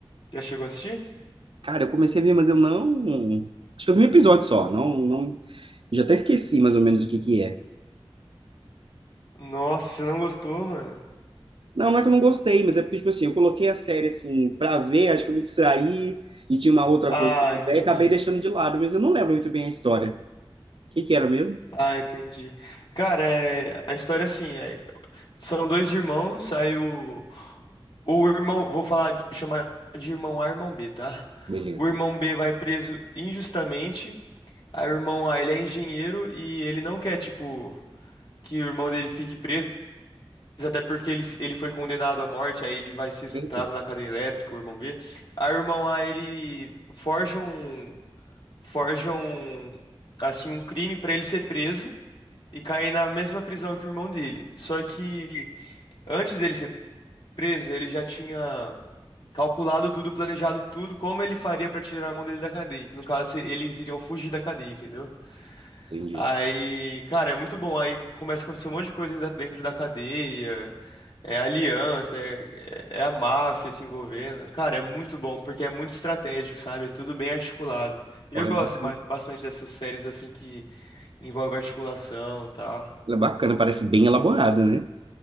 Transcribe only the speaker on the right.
Cara, eu comecei a ver, mas eu não. Acho que eu vi um episódio só, não, não... já até esqueci mais ou menos o que que é.
Não, não é que eu não gostei, mas é porque, tipo assim, eu coloquei a série, assim, pra ver, acho que eu me distraí e tinha uma outra
coisa pra
ver, e acabei deixando de lado, mas eu não lembro muito bem a história. O que que era mesmo?
Beleza.
Eita,
entendi.
Olha,
bacana,
Ela é bacana, parece bem elaborada, né?